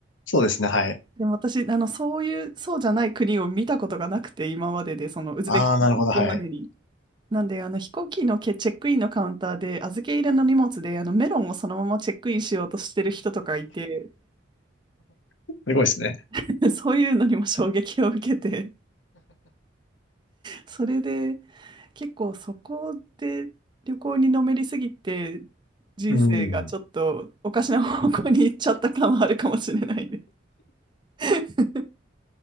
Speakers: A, on the left; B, on the right.
A: そうですね。はい。
B: でも私、あの、そういう、そうじゃない国を見たことがなくて、今までで、その、ウズベキスタンに行くまでに。
A: ああ、なるほど。はい。
B: なんで、あの、飛行機のけチェックインのカウンターで、預け入れの荷物で、あの、メロンをそのままチェックインしようとしてる人とかいて、
A: すごいですね。
B: <laughs> そういうのにも衝撃を受けて、それで、結構そこで旅行にのめりすぎて、人生がちょっとおかしな方向に行っちゃった感はあるかもしれないです。
A: うん。
B: <laughs>